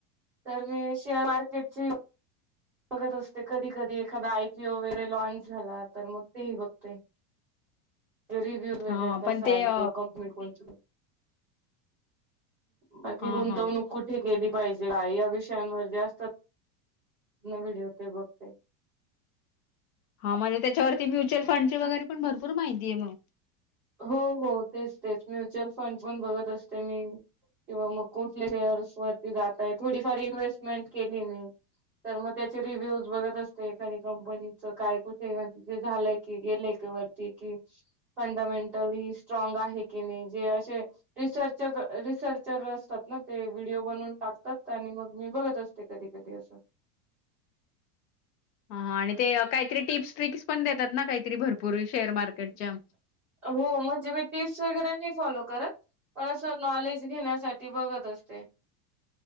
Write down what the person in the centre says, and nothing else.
तर मी शेअर मार्केटची बघत असते. कधी कधी एखादा आयपीओ वगैरे लॉनच झाला तर मग तेही बघते. <inaudible> रिवीह्यू वगैरे
कसा
आहे
तो कंपनी कोणती बाकी
गुंतवणूक
कुठे केली पाहिजे. काय या विषयांवर जास्त व्हिडिओ ते बघते.
आणि
त्याच्यावर
हो हो तेच तेच म्युच्युअल फंड पण बघत असते मी. किंवा मग कुठल्या शेअर्स वरती जाताय थोडीफार इन्व्हेस्टमेंट केली मी तर मग त्याचे रिव्ह्यूज बघत असते एखाद्या कंपनीच काय कुठे म्हण झालं की गेले क वरती की फंडामेंटली स्ट्रांग आहे की नाही जे असे, रिसर्चर असतात ना ते व्हिडीओ बनून टाकतात आणि मग मी बघत असते. कधी कधी असं
ते
टिप्स
ना भरपूर
मार्केट हो म्हणजे मी टिप्स वगैरे नाही फॉलो करत पण अस नॉलेज घेण्यासाठी बघत असते.